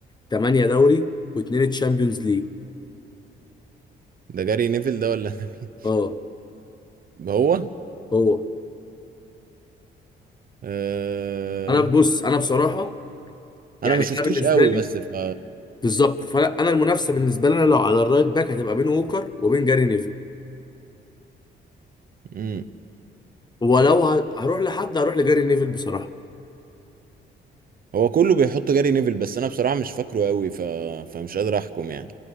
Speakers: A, on the left; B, on the right.
A: 8 دوري واثنين تشامبيونز ليج
B: ده جاري نيفل ده ولا <laughs> أنا مين
A: اه
B: هو
A: هو
B: أه...
A: انا بص انا بصراحه يعني
B: انا ما شفتوش
A: انا بالنسبه
B: قوي
A: لي
B: بس ف
A: بالظبط فانا أنا المنافسه بالنسبه لنا لو على الرايت باك هتبقى بين ووكر وبين جاري نيفل
B: مم.
A: ولو ه- هروح لحد هروح لجاري نيفل بصراحه
B: هو كله بيحط جاري نيفل بس انا بصراحه مش فاكره قوي ف... فمش قادر احكم يعني